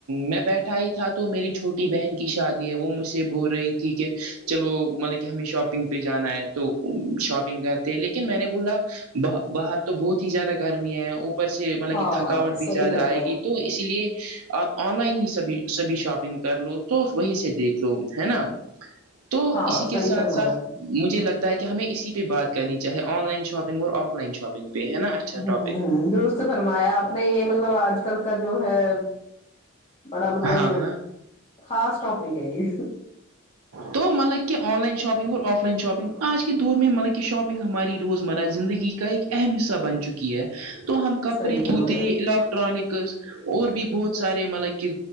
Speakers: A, on the right; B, on the left.
A: میں بیٹھا ہی تھا تو میری چھوٹی بہن کی شادی ہے وہ مجھ سے بول رہی تھی کہ چلو مطلب کہ ہمیں شاپنگ پہ جانا ہے تو شاپنگ کرتے لیکن میں نے بولا با باہر تو بہت ہی زیادہ گرمی ہے اوپر سے مطلب
B: ہاں
A: کہ تھکاوٹ بھی
B: صحیح
A: زیادہ
B: فرمایا
A: آئے گی
B: آپ
A: تو
B: نے
A: اس لیے آپ آن لائن ہی سبھی سبھی شاپنگ کر لو تو وہی سے دیکھ لو ہے نا تو
B: ہاں
A: اسی
B: صحیح
A: کے ساتھ
B: فرمایا
A: ساتھ
B: آپ نے
A: مجھے لگ تا ہے کہ ہمیں اسی پہ بات کرنی چاہے آن لائن شاپنگ اور آف لائن شاپنگ پہ ہے نا اچھا
B: ہمم
A: ٹاپک
B: ہمم درست فرمایا اپ نے یہ مطلب آج کل کا جو ہے بڑا مطلب
A: ہاں ہاں
B: خاص ٹاپک ہے یہ
A: تو مطلب کہ آن لائن شاپنگ اور آف لائن شاپنگ آج کے دور میں مطلب کہ شاپنگ ہماری روزمرہ زندگی کا ایک اہم حصہ بن چکی ہے تو ہم کپڑے
B: صحیح فرمایا
A: جوتے
B: آپ۔
A: الیکٹرانکس اور بھی بہت سارے مطلب کہ